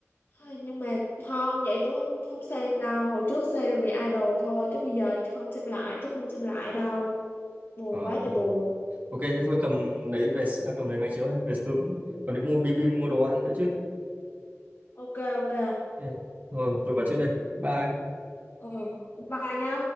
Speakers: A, on the left (about 50°); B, on the right (about 35°).
A: Ai, nhưng mà không vậy tôi không không xem đâu hồi trước xem vì idol thôi chứ bây giờ không xem lại chứ không xem lại đâu buồn
B: Ờ.
A: quá trời buồn
B: ok thế thôi cầm lấy về à, cầm lấy máy chiếu ấy, về sớm còn đi mua bim bim mua đồ ăn nữa chứ
A: ok ok
B: Ok. rồi tôi vào trước đây bye
A: ừ bye nha